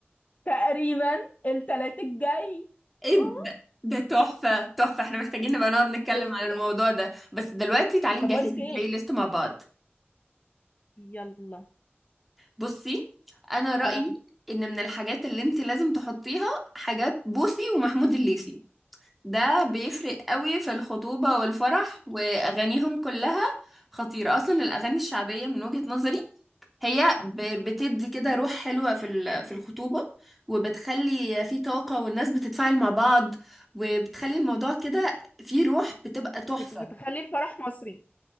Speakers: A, on the left (about 40°); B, in the centre.
A: تقريبا التلات الجاي
B: ايه
A: أوه،
B: ده ده تحفة تحفة احنا محتاجين نبقى نقعد نتكلم
A: شفتي
B: عن الموضوع ده بس دلوقتي تعالي نجهز
A: طب اقول لك
B: البلاي
A: ايه
B: ليست مع بعض
A: يلا
B: بصي انا رأيي
A: آم،
B: ان من الحاجات اللي انت لازم تحطيها حاجات بوسي ومحمود الليثي ده بيفرق قوي في الخطوبة والفرح واغانيهم كلها خطيرة اصلا الاغاني الشعبية من وجهة نظري هي ب- بتدي كده روح حلوة في ال- في الخطوبة وبتخلي في طاقة والناس بتتفاعل مع بعض وبتخلي الموضوع كده فيه روح بتبقى تحفة
A: بت- بتخلي الفرح مصري